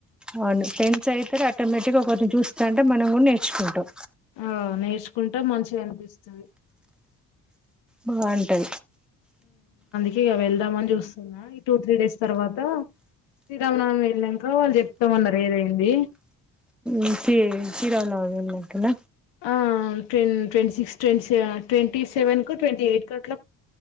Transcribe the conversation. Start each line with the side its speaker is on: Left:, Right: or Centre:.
Centre: అవును ఫ్రెండ్స్ అయితరు ఆటోమేటిక్ గా ఒకర్ని చూస్తంటే మనం కూడా నేర్చుకుంటాం
Left: ఆ నేర్చుకుంటే మంచిగనిపిస్తది
Centre: బాగుంటది
Left: కి గా వెళ్దామని చూస్తున్నా ఈ టూ త్రీ డేస్ తర్వాత శ్రీరామనవమి వెళ్నంక వాళ్ళు చెప్తామన్నారు ఏదైంది
Centre: ఇంకే శ్రీరామనవమి ఎల్లినంకన
Left: ఆ ట్వన్ twenty six twenty seven twenty seven కు ట్వంటీ ఎయిట్ కు అట్లా